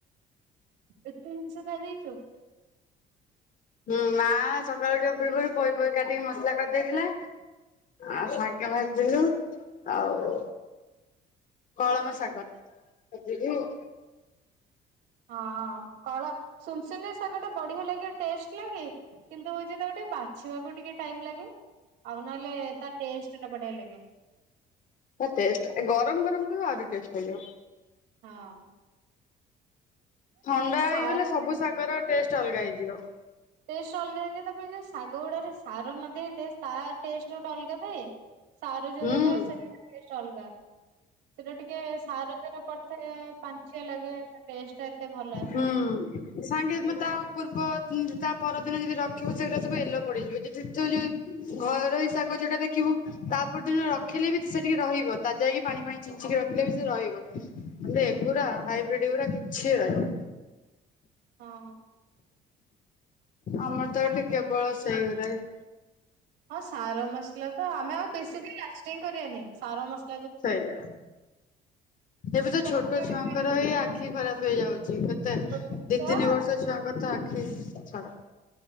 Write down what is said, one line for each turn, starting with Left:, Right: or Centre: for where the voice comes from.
Right: ଏତେ ଜିନିଷ ଖାଇଦେଇଛୁ?
Left: ହୁଁ ମା ସକାଳୁ ଟିକେ ଉଠିବା ପୂର୍ବରୁ ପୋଇ ଫୋଇ କାଟିକି ମସଲା କରିଦେଇଥିଲା। ଆଉ ସାଙ୍କ ଭ <unintelligible> ବୁଝିଲୁ ଆଉ କଳମ ଶାଗ ଭାଜିଲି <unintelligible>
Right: ହଁ କଳ ସୁନସନି ଶାଗ ଟା ବଢିଆ ଲାଗେ ଟେଷ୍ଟ ଲାଗେ। କିନ୍ତୁ ହଉଛି ତାକୁ ଟିକେ ବାଛିବାକୁ ଟିକେ ଟାଇମ ଲାଗେ। ଆଉନହେଲେ ତା ଟେଷ୍ଟ୍ ଟା ବଢ଼ିଆ ଲାଗେ।
Left: ତା ଟେଷ୍ଟ୍ ଗରମ୍ ଗରମ୍ ଥିବ ଆହୁରି ଟେଷ୍ଟ୍ ଲାଗିବ।
Right: ହଁ।
Left: ଥଣ୍ଡା
Right: ସାର
Left: ହେଇଗଲେ ସବୁ ଶାଗର ଟେଷ୍ଟ ଅଲ୍ଗା ହେଇଯିବ।
Right: ଟେଷ୍ଟ ଅଲଗା ହେଇଯାଏ ତାପରେ ଯୋଉ ଶାଗ ଗୁଡ଼ାରେ ସାର ନଦେଇଥାଏ ତା ଟେଷ୍ଟ ଗୋଟେ ଅଲଗା ଥାଏ ସାର ଜୋଉରା
Left: ହୁଁ।
Right: ଥାଏ ସେରା ଟେଷ୍ଟ୍ ଅଲ୍ଗା। ସେଟା ଟିକେ ସାର ସାର ପଡିଥାଏ ପାଞ୍ଚିଆ ଲାଗେ ତା ଟେଷ୍ଟ୍ ଟା ଏତେ ଭଲ ଆସେନି।
Left: ହୁଁ। ସାଙ୍ଗେ ତା ପୂର୍ବ ତା ପରଦିନ ଯଦି ରଖିବ ସେଉଡା ସବୁ ଏଲୋ ପଡିଯିବ ଯଦି ତୁ ଯୋଉ ଘରେ ରହି ଶାଗ ଯୋଉଟା ଦେଖିବୁ ତା ପରଦିନ ରଖିଲେ ବି ସେଟିକେ ରହିବ ତାଜା ହେଇକି ପାଣି ଫାଣୀ ଛିଞ୍ଚିକି ର ହେଲେ ବି ସେ ରହିବ ହେଲେ ଏଗୁରା ହାଇବ୍ରିଡଗୁରା କିଛି ରହିବ
Right: ହଁ।
Left: ଆମର ତ
Right: ଆମେ
Left: ଏଠି କେବଳ ସେଇଗୁରା ହିଁ।
Right: ହଁ ସାର ମସ୍ଲା ତ ଆମେ ଆଉ ବେଶୀ ଦିନ୍ ଲାଷ୍ଟିଙ୍ଗ୍ କରିବାନି ସାର ମସ୍
Left: ସେଇଆ ଏବେ
Right: ସେଥିପାଇଁ
Left: ତ ଛୋଟ
Right: ଆମର
Left: ଛୁଆଙ୍କର
Right: ଏବେ
Left: ହେଇ ଆ ଆଖି ଖରାପ ହେଇଯାଉଛି କେତେ
Right: ଛୋଟ
Left: ଦି
Right: ଛୁଆ
Left: ତିନି ବର୍ଷ ଛୁଆଙ୍କର ତ ଆଖି ଛାଡ।